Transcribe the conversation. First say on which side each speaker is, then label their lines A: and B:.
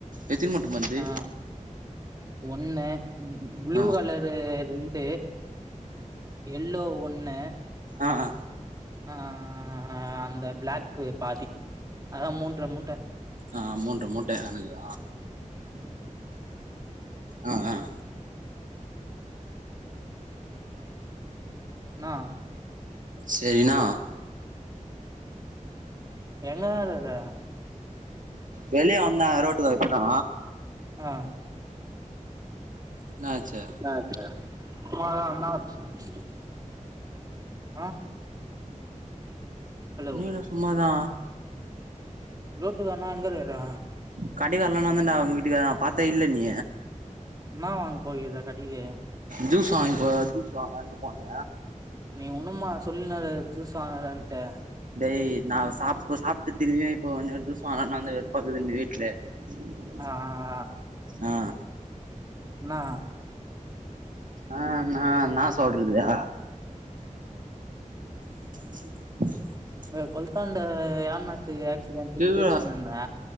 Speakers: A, on the right; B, on the right.
A: எத்தினி மூட்ட மருந்து
B: ஆஹ் ஒண்ணு ப்ளூ
A: ஆ
B: கலரு ரெண்டு எல்லோ ஒண்ணு
A: ஆஹ்
B: ஆஹ் அந்த பிளாக்கு பாதி அதான் மூன்ற மூன்ற
A: ஆஹ் மூன்றா மூட்டன கணக்கு
B: <inaudible>
A: ஆஹ் ஆஹ்
B: டேய் நா
A: சேரி நா
B: இப்ப என்ன தானால இல்ல
A: வெளியே வந்தா ரோட்டுக்கு இப்பதா
B: ஆஹ்
A: என்னாச்சு
B: <unintelligible> ஆ ஹலோ
A: ஓண்ணில சும்மாதா
B: ரோட்டு கானா எங்காஇருகிறா
A: கடகள்லா நா வந்தடா அவங்க வீட்டுக்கு பாத்த இல்லை நீ
B: என்ன வாங்க போயிருதா கடைக்கு
A: ஜூஸ் வாங்க இப்ப ஜூஸ் வாங்கண்டு போனே
B: நீ ஒண்ணுமா சொல்லின ஜூசுவாங்கனான்ட்டு
A: டய் நா சாப்ப சாப்ட்டு திரும்பியவே இப்ப இன்னொரு தச ஆன வ வெப்பாகுக்குது இந்த வீட்ல <inaudible>
B: ஆ ஆ ஆ
A: ஆ
B: என்னா
A: ஆ நா நா சொல்றதுயா <inaudible>
B: கொலத்தாண்டு யம்நாத்க்கு ஆக்சிடெண்ட
A: திருவிழா
B: பேசந்தண்டா